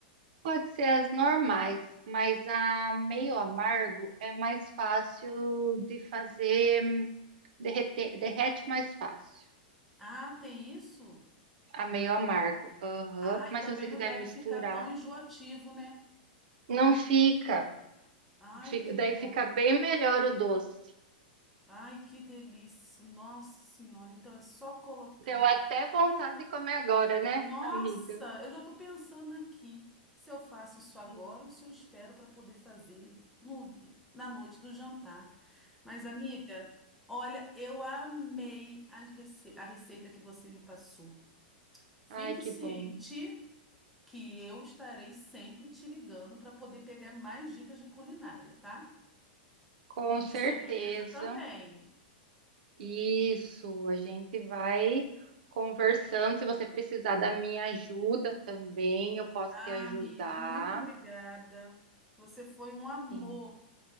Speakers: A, on the right; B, in the centre.
A: Pode ser as normais, mas a meio amargo é mais fácil de fazer hum, derreter, derrete mais fácil.
B: Ah, tem isso?
A: A meio amargo. Aham.
B: Ah, e
A: Mas
B: também
A: se você quiser
B: não deve
A: misturar,
B: ficar tão enjoativo, né?
A: não fica.
B: Ai,
A: Fica-
B: que
A: daí
B: bom.
A: fica bem melhor o doce.
B: Ai, que delícia. Nossa Senhora, então é só colocar.
A: Deu até vontade de comer agora, né,
B: Nossa,
A: amiga?
B: eu já estou pensando aqui se eu faço isso agora
A: Sim.
B: ou se eu espero para poder fazer no, na noite do jantar. Mas, amiga, olha, eu amei a, rece- a receita que você me passou. Fique
A: Ai, que
B: ciente.
A: bom.
B: que eu estarei sempre te ligando para poder pegar mais dicas de culinária, tá?
A: Com
B: E
A: certeza.
B: de sobremesa também.
A: Isso, a gente vai conversando. Se você precisar da minha ajuda também, eu posso
B: Ah,
A: te ajudar.
B: amiga, muito obrigada. Você foi um amor.
A: Sim,